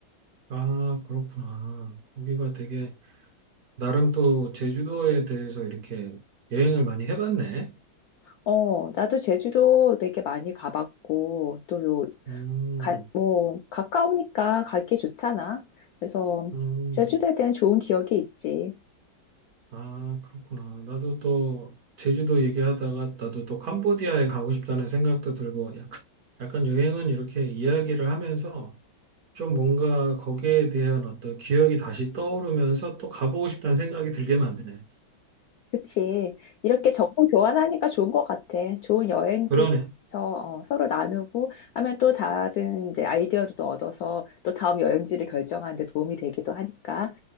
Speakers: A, on the right; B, on the left.
A: 아, 그렇구나. 거기가 되게, 나름 또 제주도에 대해서 이렇게 여행을 많이 해봤네.
B: 어, 나도 제주도 되게 많이 가봤고 또 요,
A: 음,
B: 가, 뭐 가까우니까 가기 좋잖아. 그래서
A: 음.
B: 제주도에 대한 좋은 기억이 있지.
A: 아, 그렇구나. 나도 또 제주도 얘기하다가 나도 또 캄보디아에 가고 싶다는 생각도 들고 약간, 약간 여행은 이렇게 이야기를 하면서 좀 뭔가 거기에 대한 어떤 기억이 다시 떠오르면서 또 가보고 싶다는 생각이 들게 만드네.
B: 그치. 이렇게 정보 교환하니까 좋은 것 같아. 좋은 여행지에서
A: 그러네.
B: 어, 서로 나누고 하면 또 다른 이제 아이디어도 또 얻어서 또 다음 여행지를 결정하는 데 도움이 되기도 하니까.